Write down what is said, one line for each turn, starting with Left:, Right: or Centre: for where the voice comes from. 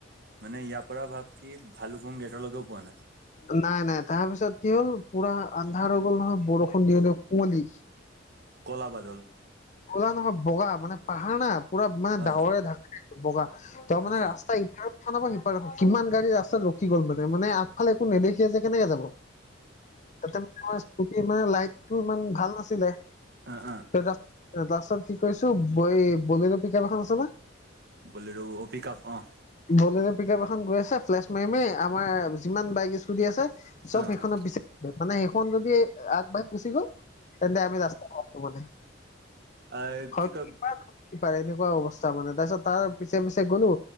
Right: মানে ইয়াৰ পৰা ভাব কি ভালুপুং গেটলৈকেও পোৱা নাই
Left: নাই নাই তাৰ পিছত কি হ'ল পুৰা আন্ধাৰ হৈ গ'ল নহয় বৰষুণ দি আহিলে কুঁৱলী
Right: ক'লা বাদল
Left: কলা নহয় বগা মানে পাহাৰ না পুৰা মানে
Right: অ
Left: ডাৱৰে ঢাকা বগা তাৰ
Right: আচ্ছা
Left: মানে ৰাস্তা ইমান সিপাৰত কিমান গাড়ী ৰাস্তাত ৰখি গ'ল মানে মানে আগফালে একো নেদেখে যে কেনেকে যাব তাতে মোৰ স্কুটি মানে লাইটটো ইমান ভাল নাছিলে
Right: অ অ
Left: তাৰপাছত কি কৰিছো বই বলেৰো পিকাপ এখন আছে নহয়
Right: বলেৰো পিক আপ অ
Left: বলেৰো পিক আপ এখন গৈ আছে ফ্লেছ মাৰি মাৰি আমাৰ যিমান বাইক স্কুটি আছে চব
Right: অ
Left: সেইখনৰ পিচ মানে সেইখন যদি আগবাঢ়ি গুচি গল তেন্তে আমি ৰাস্তা হব দে
Right: অ
Left: হয়
Right: কি
Left: কিমান
Right: কয়
Left: সিপাৰে এনেকুৱা অৱস্থা মানে তাৰ পিছত তাৰ পিছে পিছে গ'লো